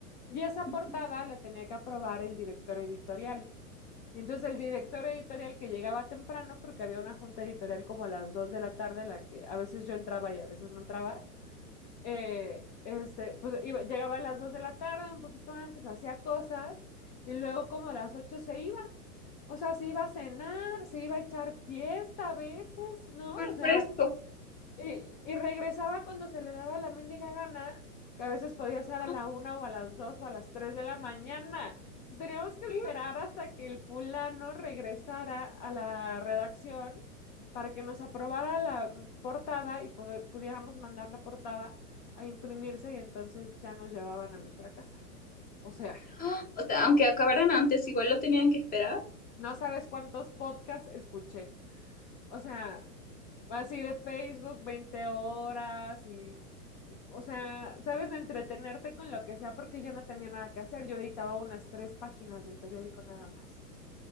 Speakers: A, on the left (about 40°); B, on the left (about 20°).
A: Y esa
B: de-
A: portada la tenía que aprobar el director editorial. Y Entonces el director editorial que llegaba temprano, porque había una junta editorial como a las 2 de la tarde, en la que a veces yo entraba y a veces no entraba, eh, este, pues iba- llegaba a las 2 de la tarde, un poquito antes, hacía cosas y luego como a las 8 se iba. O sea, se iba a cenar, se iba a echar fiesta a veces, ¿no?
B: súper
A: O sea,
B: fresco?
A: y, y regresaba cuando se le daba la mendiga gana, que a veces podía ser
B: <gasps>
A: a la
B: Ah,
A: una o a las dos o a las tres de la mañana. Entonces teníamos que esperar
B: mm,
A: hasta que el fulano regresara a la redacción para que nos aprobara la mm, portada y pod- pudiéramos mandar la portada a imprimirse y entonces ya nos llevaban a nuestra casa. O sea,
B: ah. O sea, aunque acabaran antes, igual lo tenían que esperar.
A: no sabes cuántos podcasts escuché. O sea, así de Facebook 20 horas y, o sea, sabes, de entretenerte con lo que sea, porque yo no tenía nada que hacer. Yo editaba unas tres páginas del periódico nada más.